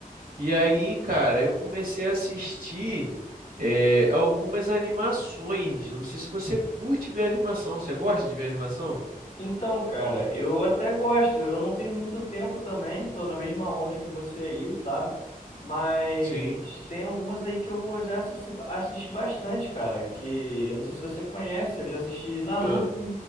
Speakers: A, on the right; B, on the left.
A: E aí, cara, eu comecei a assistir eh, algumas animações. Eu não sei se você curte ver animação. Você gosta de ver animação?
B: Então, cara, eu até gosto. Eu não tenho muito tempo também, tô na mesma onda que você aí, sabe? Mas
A: Sim.
B: tem algumas aí que eu já assisti, assisti bastante, cara. Que eu não sei se você conhece, eu já assisti Naruto.
A: Ah.